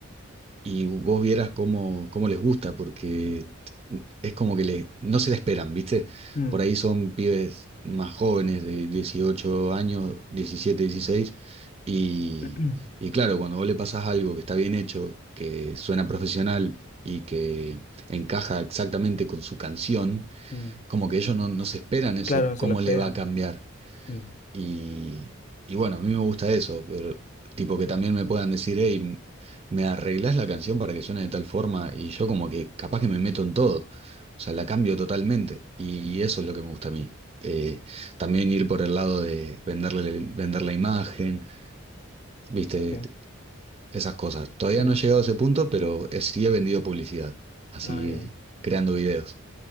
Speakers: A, on the right; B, on the left.
A: y vos vieras cómo, cómo les gusta, porque es como que le, no se la esperan, ¿viste?
B: mm,
A: Por ahí son pibes más jóvenes, de 18 años, diecisiete dieciséis y,
B: <clears throat>
A: y claro, cuando vos le pasás algo que está bien hecho, que suena profesional y que encaja exactamente con su canción,
B: mm.
A: como que ellos no, no se esperan eso,
B: Claro, no se
A: cómo
B: lo esperan.
A: le va a cambiar.
B: Mm,
A: Y, y bueno, a mí me gusta eso, pero tipo que también me puedan decir, hey, me arreglás la canción para que suene de tal forma y yo como que capaz que me meto en todo, o sea, la cambio totalmente y eso es lo que me gusta a mí. Eh, también ir por el lado de venderle, vender la imagen, viste,
B: sí,
A: Est- esas cosas. Todavía
B: sí.
A: no he llegado a ese punto, pero eh, sí he vendido publicidad, así
B: Ah, ya.
A: creando videos.